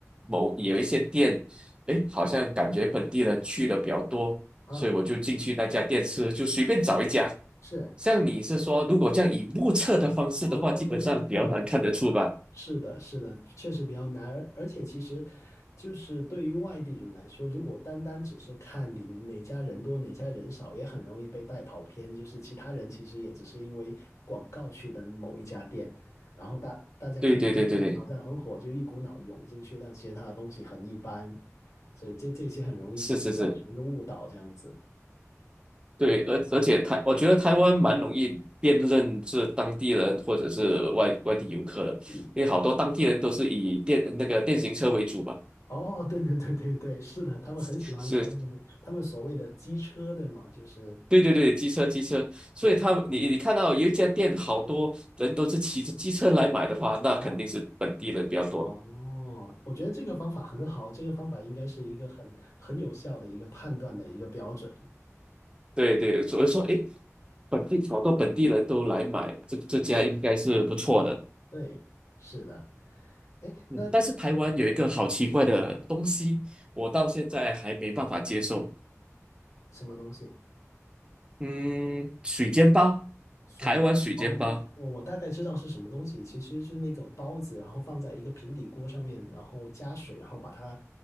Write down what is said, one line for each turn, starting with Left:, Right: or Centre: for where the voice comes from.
Right: 某有一些店，诶，好像感觉本地人去的比较多，
Left: 啊，
Right: 所以我就进去那家店吃，就随便找一家。
Left: 是
Right: 像你是说，如果这样以目测的方式的话，
Left: 哦，
Right: 基本上比较难看得出吧？
Left: 目测是的，是的，确实比较难。而而且其实，就是对于外地人来说，如果单单只是看你哪家人多哪家人少，也很容易被带跑偏。就是其他人其实也只是因为广告去的某一家店，然后大大家看。
Right: 对对对对对，
Left: 好像很火，就一股脑涌进去，但其实它的东西很一般，所以这这些很容易就造成一个误导这样子。
Right: 是是是，对，而而且台，我觉得台湾蛮容易辨认是当地人或者是外外地游客的，
Left: 嗯，
Right: 因为好多当地人都是以电那个电行车为主吧。
Left: 哦，对对对对对，是的，他们很喜欢开那个他们所谓的机车，
Right: 是
Left: 对吗？就是
Right: 对对对，机车机车，所以他们你你看到有一家店，
Left: 对，
Right: 好多人都是骑着机车来买的话，那肯定是本地人比较多。
Left: 嗯哦，我觉得这个方法很好，这个方法应该是一个很很有效的一个判断的一个标准。
Right: 对对，所以说，诶，本地好多本地人都来买，这这家应该是不错的。
Left: 对，是的，哎，
Right: 嗯，
Left: 那
Right: 但是台湾有一个好奇怪的东西，我到现在还没办法接受。
Left: 什么东西？
Right: 嗯，水煎包，
Left: 水以，
Right: 台湾水煎包，
Left: 哦，我我大概知道是什么东西，其实是那个包子，然后放在一个平底锅上面，然后加水，然后把它